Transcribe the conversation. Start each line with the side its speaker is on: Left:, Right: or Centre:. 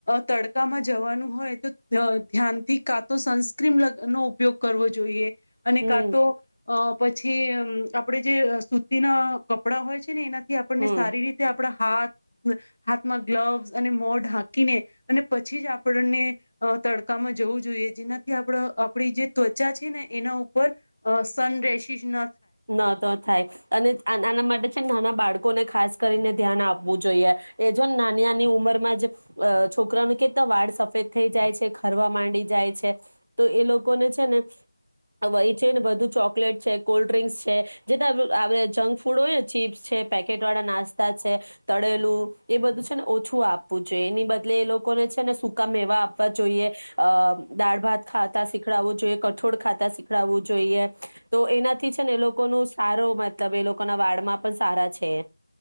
Left: તડકામાં જવાનું હોય તો ધ્યાનથી કાતો સન સ્ક્રીનનો ઉપયોગ કરવો જોઈએ. અને
Right: હમ
Left: કા તો અ પછી અમ્મ આપડે જે સુતીના કપડા હોય છે ને એના થી આપણને
Right: હમ
Left: સારી રીતે આપણા હાથ હાથમાં ગ્લવસ અને મો ઢાંકીને અને પછી જ આપણને તડકામાં જવું જોઈએ જેનાથી આપ આપણી જે ત્વચા છે ને એના ઉપર સનરેસીસન
Right: ન તો થાય અને આના માટે પછી છેને નાના બાળકોને ખાસ કરીને ધ્યાન આપવું જોઈએ એ જો ને નાની નાની ઉંમર માં જ અ છોકરા ન કેતા વાળ સફેદ થઈ જાય છે, ખરવા માંડી જાય છે, તો એ લોકોને છે ને એ છે ને <unintelligible> બધુ ચોકલેટ છે કોલ- ડ્રિંક છે જે જંક ફૂડ હોય ને ચીપ્સ છે પેકેટ વાળા નાસ્તા છે તળેલું એ બધું છે ને ઓછું આપવું જોઈએ એની બદલે એ લોકોને છે ને સૂકા મેવા આપવા જોઈએ. અ દાળ ભાત ખાતા શીખડવું જોઈએ. કઠોળ ખાતા શીખડવું જોઈએ તો એનાથી થી છે ને એ લોકોનું સારો મતલબ એ લોકોના વાડમાં પણ સારા છે.